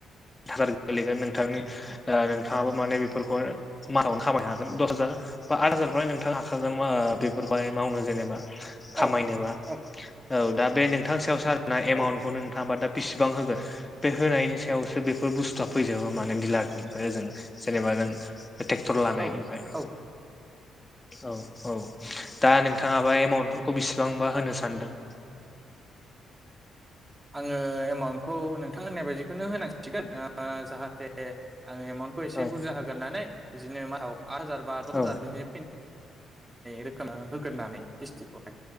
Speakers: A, on the left; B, on the right.
A: हाजार गोलैगोन नोंथांनि नोंथाङाबो माने बेफोरखौ मानावनो खामायनो हागोन दस हाजार। बा आद हाजारखौलाय नोंथांङा हाखागोन आ बेफोरखौहाय मावनो जेनेबा। खामायनोबा
B: औ औ
A: औ दा बे नोंथांनि सायावसो आरोना एमाउन्टखौ
B: औ
A: नोंथाङाबा दा बेसिबां होगोन बे होनायनि सायावसो बे फोर बुस्थुआ फैजोबो माने डिलारनिफ्राय ओजों जेनेबा नों ट्रेक्टर लानायनिफ्राय
B: औ नोंथां औ
A: औ औ। दा नोंथाङाबा एमाउन्टफोरखौ बेसेबांबा होनो सानदों?
B: आङो एमाउन्टखौ नोंथां होननाय बायदिखौनो होनांसिगोन ओ जाहाथे आंङो एमाउन्टखौ एसे
A: औ
B: बुरजा होग्रोनानै बिदिनो मासाव आद हाजार बा दस
A: औ
B: हाजार बिदिनो फैनाय रोखोम होगोरनानै खिस्थिखौहाय